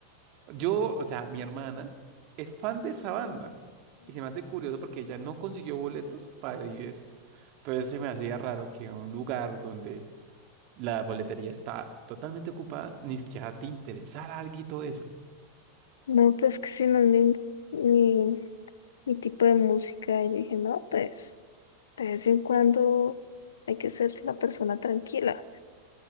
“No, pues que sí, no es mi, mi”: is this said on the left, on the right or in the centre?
Left